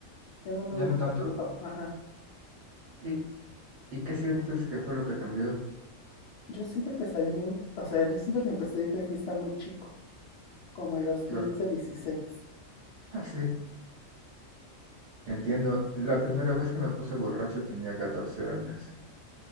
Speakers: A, on the left; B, on the right.
A: ya no me
B: ya
A: gusta
B: no tanto.
A: tanto. Ajá.
B: ¿Y, y qué sientes que fue lo que cambió?
A: Yo siento que salí, o sea, yo siento que empecé a ir de fiesta muy chico, como a los quince
B: Claro,
A: dieciséis
B: <laughs> ah, sí, eh, entiendo. La primera vez que me puse borracho tenía catorce años. <laughs>